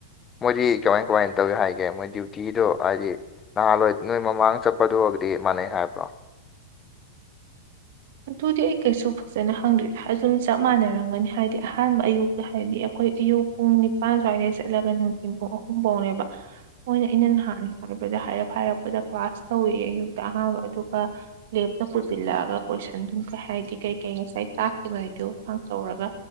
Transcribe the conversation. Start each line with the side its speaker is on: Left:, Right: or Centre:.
Left: ꯃꯣꯏꯗꯤ ꯀꯃꯥꯏ ꯀꯃꯥꯏꯟ ꯇꯧꯋꯦ ꯍꯥꯏꯒꯦ ꯃꯣꯏ ꯗ꯭ꯌꯨꯇꯤꯗꯣ ꯍꯥꯏꯗꯤ ꯅꯍꯥꯟꯋꯥꯏ ꯅꯣꯏ ꯃꯃꯥꯡ ꯆꯠꯄꯗꯨꯒꯗꯤ ꯃꯟꯅꯩ ꯍꯥꯏꯕ꯭ꯔꯣ
Right: ꯑꯗꯨꯗꯤ ꯑꯩ ꯀꯩꯁꯨ ꯐꯖꯅ ꯍꯪꯗ꯭ꯔꯤꯗ ꯑꯗꯨꯝ ꯆꯞ ꯃꯥꯟꯅꯔꯝꯒꯅꯤ ꯍꯥꯏꯗꯤ ꯑꯍꯥꯟꯕ ꯑꯌꯨꯛ ꯍꯥꯏꯗꯤ ꯑꯈꯣꯏ ꯑꯌꯨꯛ ꯄꯨꯡ ꯅꯤꯄꯜ ꯁ꯭ꯋꯥꯏꯗꯩ ꯆꯠꯂꯒ ꯅꯨꯡꯊꯤꯟ ꯄꯨꯡ ꯑꯍꯨꯝꯕꯧꯅꯦꯕ ꯃꯣꯏꯅ ꯑꯩꯅ ꯅꯍꯥꯟ ꯍꯥꯏꯕꯗ ꯍꯥꯏꯔꯞ ꯍꯥꯏꯔꯛꯄꯗ ꯀ꯭ꯂꯥꯁ ꯇꯧꯋꯤ ꯑꯌꯨꯛꯇ ꯑꯍꯥꯟꯕ ꯑꯗꯨꯒ ꯂꯦꯞꯇꯄꯨꯖꯤꯜꯂꯛꯑꯒ ꯀꯣꯏꯁꯟ ꯀꯩ ꯍꯥꯏꯗꯤ ꯀꯩ ꯀꯩ ꯉꯁꯥꯏ ꯇꯛꯈꯤꯃꯩꯗꯨ ꯈꯪꯆꯧꯔꯒ